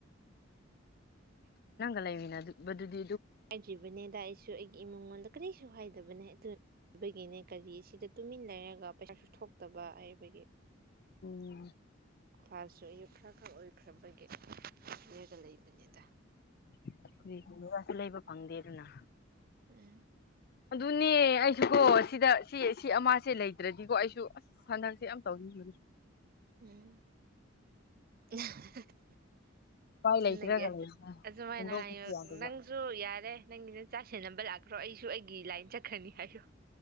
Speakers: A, on the left (about 50°); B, on the right (about 50°).
A: ꯅꯪꯒ ꯏꯃꯤꯟꯅꯗꯨꯕꯗꯨꯗꯤ
B: ꯑꯥꯏꯗꯔ꯭ꯤꯕꯅꯦꯗ ꯑꯩꯁꯨ ꯑꯩꯒꯤ ꯏꯃꯨꯡꯉꯣꯟꯗ ꯀꯔꯤ ꯁꯨ ꯍꯥꯏꯗꯕꯅꯦ ꯑꯗꯨ ꯕꯒꯤꯅꯦ ꯀꯔꯤ ꯁꯤꯗ ꯇꯨꯃꯤꯟ ꯂꯩꯔꯒ ꯄꯩꯁꯥꯁꯨ ꯊꯣꯛꯇꯕ ꯍꯥꯏꯕꯒꯤ
A: ꯎꯝ
B: ꯀ꯭ꯂꯥꯁꯁꯨ ꯑꯌꯨꯛ ꯈꯔ ꯈꯔ ꯑꯣꯏꯈ꯭ꯔꯕꯒꯤ ꯔꯒ ꯂꯩꯕꯅꯦꯗ
A: <unintelligible> ꯂꯩꯕ ꯐꯪꯗꯦꯗꯅ
B: ꯎꯝ
A: ꯑꯗꯨꯅꯦ ꯑꯩꯁꯨꯀꯣ ꯁꯤꯗ ꯁꯤ ꯁꯤ ꯑꯃꯁꯥꯁꯦ ꯂꯩꯇ꯭ꯔꯗꯤꯀꯣ ꯑꯩꯁꯨ ꯑꯁ ꯍꯟꯗꯛꯁꯦ ꯌꯥꯝ ꯇꯧꯅꯤꯡꯕꯅꯤ
B: ꯎꯝ <unintelligible>
A: ꯎꯄꯥꯏ ꯂꯩꯇ꯭ꯔꯒ
B: ꯅꯪꯒꯤ ꯑꯁꯨ
A: ꯂꯩꯕꯅꯦ
B: ꯑꯁꯨꯃꯥꯏꯅ
A: ꯍꯨꯟꯗꯣꯛꯄꯁꯨ
B: ꯍꯥꯏꯌ
A: ꯌꯥꯗꯕ
B: ꯅꯪꯁꯨ ꯌꯥꯔꯦ ꯅꯪꯒ ꯆꯥ ꯁꯦꯟꯅꯕ ꯂꯥꯛꯈꯔꯣ ꯑꯩꯁꯨ ꯑꯩꯒꯤ ꯂꯥꯏꯟ ꯆꯠꯈ꯭ꯔꯅꯤ ꯍꯥꯏꯌꯨ